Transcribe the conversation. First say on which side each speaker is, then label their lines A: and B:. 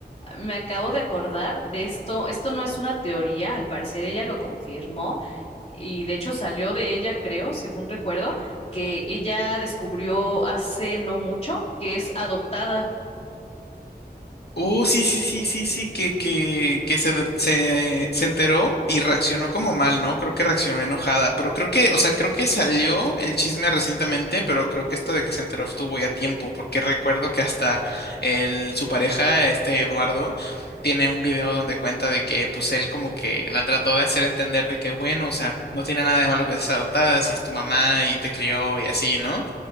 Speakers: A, on the left; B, on the left.
A: me acabo de acordar de esto. Esto no es una teoría, al parecer ella lo confirmó y de hecho salió de ella, creo, según recuerdo, que ella descubrió hace no mucho que es adoptada.
B: Oh, sí, sí, sí, sí, sí, que, que, que se, de- se, se enteró y reaccionó como mal, ¿no? Creo que reaccionó enojada, pero creo que, o sea, creo que salió el chisme recientemente, pero creo que esto de que se enteró estuvo ya tiempo, porque recuerdo que hasta el, su pareja, este Eduardo, tiene un video donde cuenta de que, pues, él como que la trató de hacer entender de que, bueno, o sea, no tiene nada de malo que seas adoptada, si es tu mamá y te crió y así, ¿no?